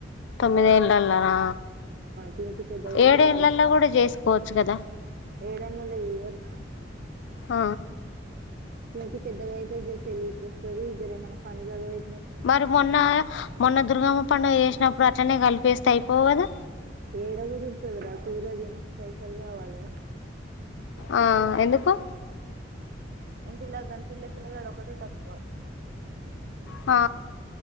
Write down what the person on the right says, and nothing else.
పింకి పెద్దగా అయితది
ఏడేళ్లలో చెయ్యరు రా
ఇంటి పెద్దగా అయితే జర తెలికి వస్తుది జర ఏమన్నా పని చదువై
ఏడ కుదురుతది రా సూరది మస్తు పైసల్ కావాలి
ఇంటిలాగాని పిల్ల పిల్ల గడు ఒకటిే తక్కువ